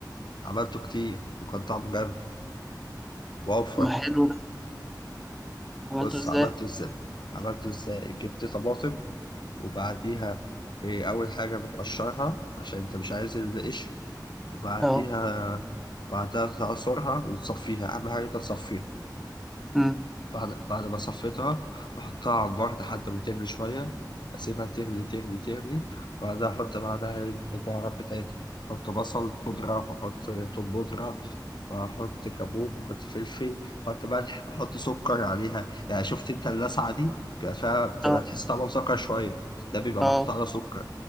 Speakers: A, on the left; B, in the centre.
A: عملته كتير وكان طعمه جامد وأوفر
B: ما حلو ده عملته
A: بص
B: ازاي؟
A: عملته ازاي عملته ازاي جبت طماطم وبعديها في اول حاجه بتقشرها عشان انت مش عايز القشر وبعديها
B: اه
A: بعدها تعصرها وتصفيها اهم حاجه انت تصفيها
B: أمم.
A: بعد بعد ما صفيتها بحطها على النار لحد ما تغلي شويه اسيبها تغلي تغلي تغلي وبعدها احط بعدها البهارات بتاعتي احط بصل خضره واحط توم بودره واحط كابوب بحط فلفل بحط ملح بحط سكر عليها يعني شفت انت اللسعه دي بيبقى فيها بتبقى
B: اه
A: تحس طعمها مسكر شويه ده بيبقى
B: اه
A: محطوط عليها سكر